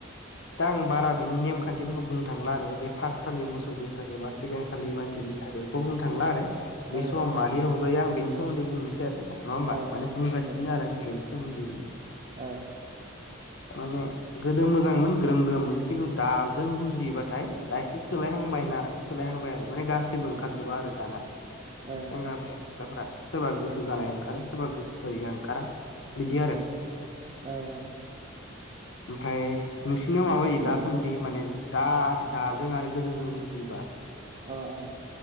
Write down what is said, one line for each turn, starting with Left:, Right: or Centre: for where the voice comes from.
Left: दा आं बारा बिनि नेमखान्थिफोरखौ बुंनो थांला आरो जे फार्स्ट खालि मोसौ बैसागो बा सेकेणड खालि मानसि बैसागो बेखौ बुंनो थांला आरो।
Right: औ
Left: बै
Right: औ
Left: समाव मादि रंजायो आं बेनि सोमोनदै बुंनोसै आरो। नङा होमबा
Right: औ
Left: माने बुंगासिनो
Right: दे
Left: आरो आं बेनि सोमोन्दैनो
Right: औ।
Left: माने गोदो मोजांमोन ग्रोम ग्रोममोन खिन्थु दाजों रुजियोबाथाय दा एसे सोलायहांबायना सोलायहांबाय आरो माने गासैबो ओंखारजोबा आरो दाना। सेंग्राफोरा
Right: औ
Left: सिख्लाफोरा। सोरबा गोसो जानाया ओंखारो सोरबा गोसो जायिया ओंखारा बिदि आरो।
Right: औ औ।
Left: ओमफ्राय नोंसिनियाव माबायदि दासान्दि माने दा दाजों आरो गोदोजों रुजुयोबा?
Right: औ औ